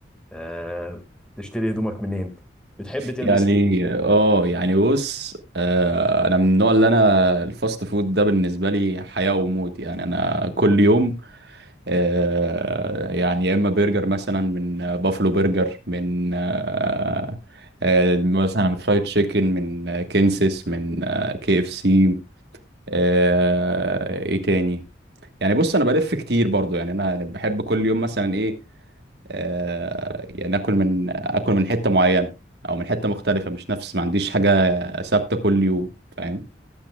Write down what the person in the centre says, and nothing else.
آه تشتري هدومك منين بتحب تلبس
ايه